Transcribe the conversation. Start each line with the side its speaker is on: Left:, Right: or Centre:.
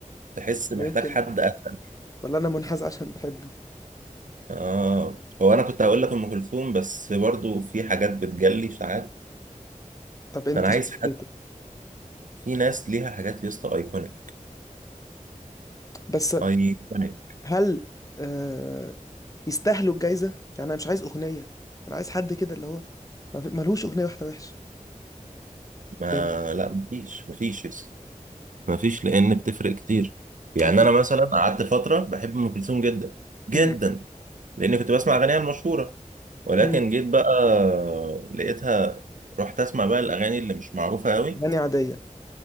Right: تحس محتاج
Left: لا يمكن
Right: حد اتقل
Left: ولا أنا منحاز عشان بحبه
Right: اه هو انا كنت هقول لك ام كلثوم بس برضو في حاجات بتجلي ساعات
Left: طب أنت
Right: فانا عايز
Left: شايف
Right: حد
Left: إيه طب؟
Right: في ناس ليها حاجات يا اسطى ايكونيك
Left: بس
Right: ايكونيك
Left: هل آه، يستاهلوا الجايزه يعني انا مش عايز اغنيه انا عايز حد كده اللي هو ما في- ملهوش اغنيه واحده وحشه
Right: ما
Left: فاهم
Right: لا مفيش مفيش مفيش لان بتفرق كتير يعني
Left: انت
Right: انا مثلا قعدت فتره بحب ام كلثوم جدا جدا
Left: امم
Right: لان كنت بسمع اغانيها المشهوره ولكن
Left: امم
Right: جيت بقى لقيتها رحت اسمع بقى الاغاني اللي مش معروفه قوي
Left: اغاني عاديه